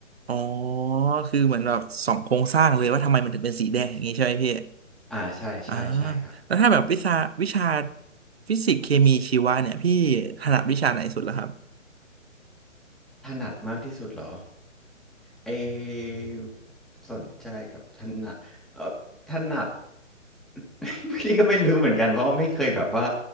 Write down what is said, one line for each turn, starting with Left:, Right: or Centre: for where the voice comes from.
Right: อ๋อ คือเหมือนแบบส่องโครงสร้างเลยว่าทำไมมันถึงเป็นสีแดงอย่างงี้ใช่ไหมพี่
Centre: อ่าใช่ใช่ใช่ครับ
Right: อ่าแล้วถ้าแบบวิชาวิชาฟิสิกส์เคมีชีวะเนี่ยพี่ถนัดวิชาไหนสุดล่ะครับ
Centre: ถนัดมากที่สุดเหรอเออสนใจกับถนัดเออถนัด <laughs> พี่ก็ไม่รู้เหมือนกันเพราะว่าไม่เคยแบบว่า